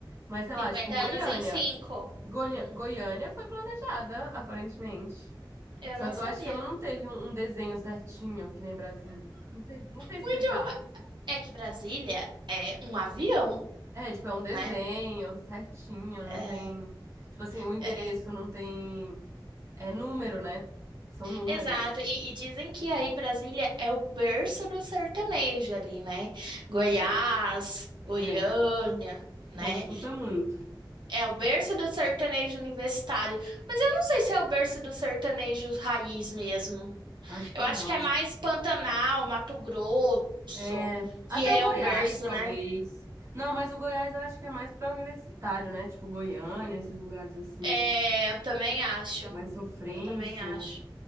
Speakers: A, on the right (about 35°); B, on the right (about 70°).
A: mas sei lá,
B: 50
A: tipo Goiânia.
B: anos em 5.
A: Goiânia,
B: Hum,
A: Goiânia foi planejada, aparentemente.
B: eu
A: Só
B: não
A: que
B: sabia.
A: eu acho que ela não teve um, um desenho certinho, que nem Brasília. Não sei, não sei explicar.
B: Muito. É que Brasília é um avião,
A: É, tipo, é um desenho
B: né?
A: certinho, não
B: É,
A: tem. Tipo assim, o endereço
B: é,
A: não tem É número, né? São números.
B: Exato, e, e dizem que aí Brasília é o berço do sertanejo ali, né? Goiás,
A: É,
B: Goiânia,
A: é. O
B: né?
A: povo escuta muito.
B: É o berço do sertanejo universitário. Mas eu não sei se é o berço do sertanejo raiz mesmo.
A: Acho que
B: Eu acho
A: não.
B: que é mais Pantanal, Mato Grosso,
A: É,
B: que
A: até
B: é
A: o Goiás,
B: o berço,
A: talvez.
B: né?
A: Não, mas o Goiás eu acho que é mais pra universitário, né? Tipo Goiânia, esses lugares assim,
B: É, eu também acho.
A: mais sofrência.
B: Eu também acho.